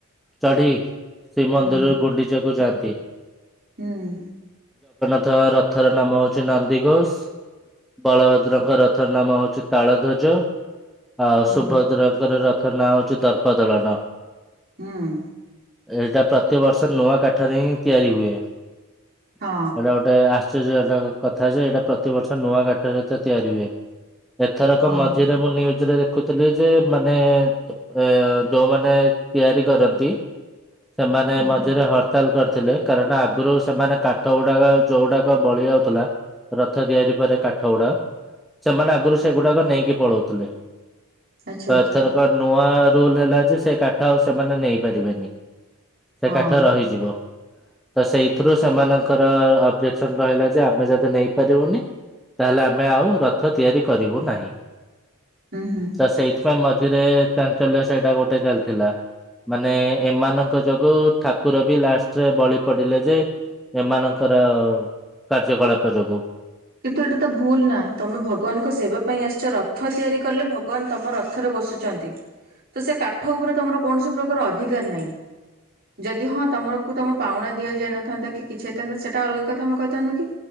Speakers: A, in the centre; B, on the right.
A: ଚଢ଼ି ଶ୍ରୀମନ୍ଦିରରୁ
B: ହୁଁ।
A: ଗୁଣ୍ଡିଚାକୁ ଯାଆନ୍ତି।
B: ହୁଁ।
A: ତ ରଥର ନାମ ହଉଛି ନନ୍ଦୀ ଘୋଷ ବଳଭଦ୍ରଙ୍କ ରଥ ନାମ ହଉଛି ତାଳଧ୍ୱଜ। ଆଉ
B: ହୁଁ
A: ସୁଭଦ୍ରାଙ୍କର ରଥ ତାର ନାଁ ହଉଛି ଦର୍ପଦଳନ।
B: ହୁଁ।
A: ଏଇଟା ପ୍ରତିବର୍ଷ ନୂଆ କାଠରେ ହିଁ ତିଆରି ହୁଏ। ଏଇଟା
B: ହଁ
A: ଗୋଟେ ଆସ ସେ ଯେ <unintelligible> ଯଥା ଯେ ଏଇଟା ପ୍ରତିବର୍ଷ ନୂଆ କାଠରେ ତ ତିଆରି ହୁଏ। ଏଥରକ
B: ହଁ।
A: ମଝିରେ ମୁଁ ନ୍ୟୁଜରେ ଦେଖି ଦେଖୁଥିଲି ଯେ ମାନେ ଏ ଯୋଉମାନେ ତିଆରି କରନ୍ତି ସେମାନେ
B: ହୁଁ
A: ମଝିରେ ହରତାଲ କରି ଥିଲେ କାରଣ ଆଗରୁ ସେମାନେ କାଠ ଗୁଡାକ ଯୋଉ ଗୁଡାକ ବଳି ଯାଉଥିଲା ରଥ ତିଆରି ପରେ କାଠ ଗୁଡା ସେମାନେ ଆଗରୁ ସେଗୁଡାକ ନେଇକି ପଳଉଥିଲେ।
B: ଆଚ୍ଛା
A: ତ
B: ଆଚ୍ଛା।
A: ଏଥରକ ନୂଆ ରୁଲ ହେଲା ଯେ ସେ କାଠ ଆଉ ସେମାନେ ନେଇପାରିବେନି। ସେ
B: ହଁ
A: କାଠ ରହିଯିବ। ତ ସେଇଥିରୁ ସେମାନଙ୍କର ଅବଜେକ୍ସନ ରହିଲା ଯେ ଆମେ ଯଦି ନେଇପାରିବୁନି ତାହେଲେ ଆମେ ଆଉ ରଥ ତିଆରି କରିବୁ ନାହିଁ।
B: ହୁଁ ହୁଁ।
A: ତ ସେଇଥ୍ ପାଇଁ ମ ରେ ଚାଞ୍ଚଲ୍ୟ ସେଇଟା ଗୋଟେ ଚାଲିଥିଲା ମାନେ ଏମାନଙ୍କ ଯୋଗୁ ଠାକୁର ବି ଲାଷ୍ଟରେ ବଳି ପଡିଲେ ଯେ ଏମାନଙ୍କର କାର୍ଯ୍ୟକଳାପ ଯୋଗୁ।
B: କିନ୍ତୁ ଏଇଟା ତ ଭୁଲ ନା ତମେ ଭଗବାନଙ୍କ ସେବା ପାଇଁ ଆସିଛ ରଥ ତିଆରି କଲେ ଭଗବାନ ତମ ରଥରେ ବସୁଛନ୍ତି ତ ସେ କାଠ ଉପରେ ତମର କୌଣସି ପ୍ରକାର ଅଧିକାର ନାହିଁ । ଯଦି ହଁ ତମରକୁ ତମ ପାଉଣା ଦିଆଯାଇନଥାନ୍ତା କି କିଛି ହେଇଥାନ୍ତା ସେଇଟା ଅଲଗା କଥା ତମେ କହିଥାନ୍ତ କି